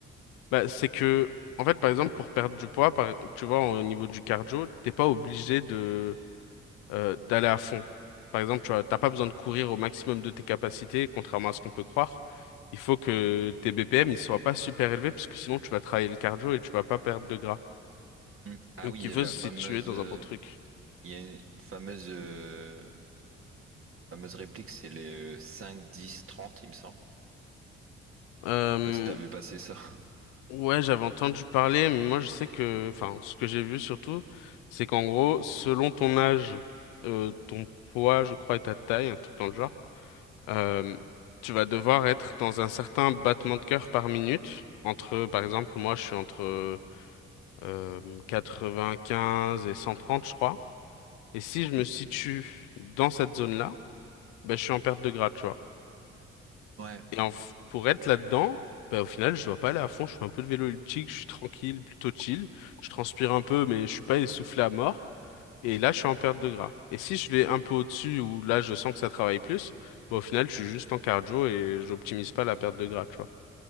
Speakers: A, on the left; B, on the right.
A: Bah, c'est que, en fait, par exemple, pour perdre du poids, par- tu vois, au niveau du cardio, t'es pas obligé de euh, d'aller à fond. Par exemple, tu vois, t'as pas besoin de courir au maximum de tes capacités, contrairement à ce qu'on peut croire. Il faut que tes BPM ils soient pas super élevés, parce que sinon tu vas travailler le cardio et tu vas pas perdre de gras.
B: Hmm. Ah
A: Donc
B: oui, il
A: il
B: y
A: faut
B: a la
A: se
B: fameuse,
A: situer dans
B: euh,
A: un bon truc.
B: il y a une fameuse, euh, fameuse réplique, c'est les euh, 5, 10, 30, il me semble.
A: Euh,
B: Je sais pas si t'as vu passer ça. <laughs>
A: ouais, j'avais entendu parler, mais moi je sais que, enfin, ce que j'ai vu surtout, c'est qu'en gros, selon ton âge, euh, ton poids, je crois, et ta taille, un truc dans le genre. Euh, tu vas devoir être dans un certain battement de cœur par minute. Entre, par exemple, moi, je suis entre euh, 95 et 130, je crois. Et si je me
B: Hmm.
A: situe dans cette zone-là, ben, je suis en perte de gras, tu vois.
B: Ouais,
A: Et en f- pour être là-dedans, ben, au final, je dois pas aller à fond. Je fais un peu de vélo elliptique, je suis tranquille, plutôt chill. Je transpire un peu, mais je suis pas essoufflé à mort. Et là, je suis en perte de gras. Et si je vais un peu au-dessus, où là, je sens que ça travaille plus, bah, au final, je suis juste en cardio et j'optimise pas la perte de gras, tu